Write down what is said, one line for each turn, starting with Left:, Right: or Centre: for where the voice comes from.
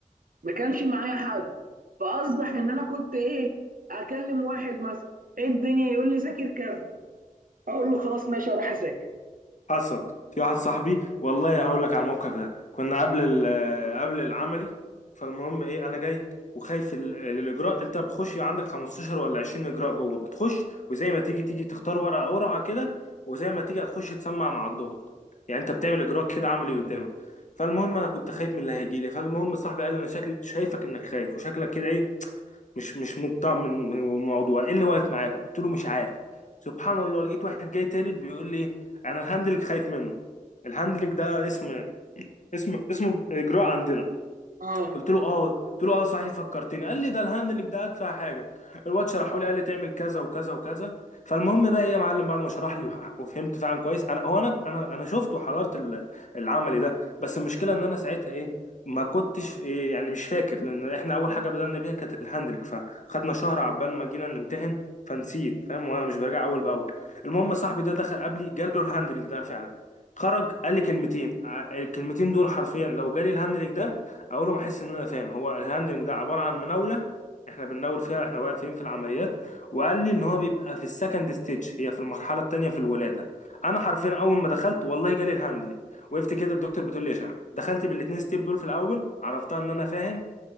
Right: ما كانش معايا حد فاصبح ان انا كنت ايه اكلم واحد مثلا ايه الدنيا يقول لي ذاكر كذا اقول له خلاص ماشي اروح اذاكر
Left: حصل في واحد صاحبي والله هقول لك على الموقف ده كنا قبل ال- قبل العملي فالمهم ايه انا جاي وخايف ال- الاجراء انت بتخش عندك 15 ولا 20 اجراء جوه بتخش وزي ما تيجي تيجي تختار ورقه قرعه كده وزي ما تيجي هتخش تسمع مع الدكتور يعني انت بتعمل اجراء كده عملي قدامك فالمهم انا كنت خايف من اللي هيجي لي فالمهم صاحبي قال لي انا شكلي شايفك انك خايف وشكلك كده ايه مش مش مطمع من من الموضوع ايه اللي واقف معاك قلت له مش عارف سبحان الله لقيت واحد جاي تالت بيقول لي انا الهاندلنج خايف منه الهاندلنج ده اسم اسم اسم اجراء عندنا
Right: اه
Left: قلت له اه قلت له اه صحيح فكرتني قال لي ده الهاندلنج ده ادفع حاجه الواد شرحه لي قال لي تعمل كذا وكذا وكذا فالمهم بقى ايه يا معلم بعد ما شرح لي وح- وفهمت فعلا كويس انا هو انا انا انا شفت وحضرت ال- العملي ده بس المشكله ان انا ساعتها ايه ما كنتش إيه يعني مش فاكر لان احنا اول حاجه بدأنا بيها كانت الهاندلنج فخدنا شهر عبال ما جينا نمتحن فنسيت فاهم وانا مش براجع اول باول المهم صاحبي ده دخل قبلي جاله الهاندلنج ده فعلا خرج قال لي كلمتين ع- الكلمتين دول حرفيا لو جالي الهاندلنج ده اول ما احس ان انا فاهم هو الهاندلنج ده عباره عن مناوله احنا بنناول فيها احنا واقفين في العمليات وقال لي ان هو بيبقى في السكند ستيج هي في المرحله الثانيه في الولاده انا حرفيا اول ما دخلت والله جالي الهاندلنج وقفت كده الدكتور بتقول لي اشرح دخلت بالاثنين ستيب دول في الاول عرفتها ان انا فاهم